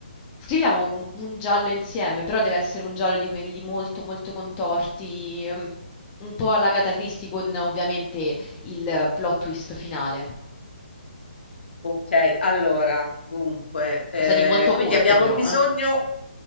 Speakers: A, on the left; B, on the left.
A: scriviamo un, un giallo insieme, però deve essere un giallo di quelli molto, molto contorti, ehm, un po' alla Agatha Christie con ovviamente
B: Mm,
A: il eh, plot twist finale.
B: Ok, allora, dunque,
A: Qualcosa
B: eh,
A: di molto
B: quindi
A: corto
B: abbiamo
A: però,
B: bisogno
A: eh?